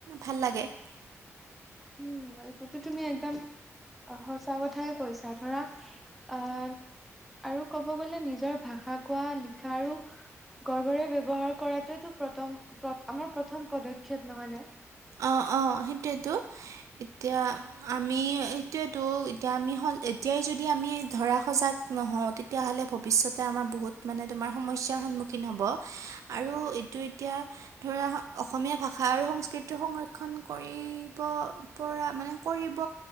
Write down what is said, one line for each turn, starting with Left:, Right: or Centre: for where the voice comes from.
Right: ভাল লাগে। <unintelligible>
Centre: উম সেইটো তুমি একদম আহ সঁচা কথাই কৈছা ধৰা আহ আৰু কব গ'লে নিজৰ ভাষা কোৱা লিখা আৰু গৰ্ভৰে ব্যৱহাৰ কৰাটোটো প্ৰথম আমাৰ প্ৰথম পদক্ষেপ নহয় ন।
Right: অঁ অঁ সেইটোয়েতো এতিয়া আমি সেইটোয়েতো এতিয়া আমি এতিয়াই যদি আমি ধৰা সজাগ নহওঁ তেতিয়াহ'লে ভৱিষ্যতে আমাৰ বহুত মানে তোমাৰ সমস্যাৰ সন্মুখীন হ'ব আৰু এইটো এতিয়া অসমীয়া ভাষা আৰু সংস্কৃতি কৰিব পৰা মানে কৰিব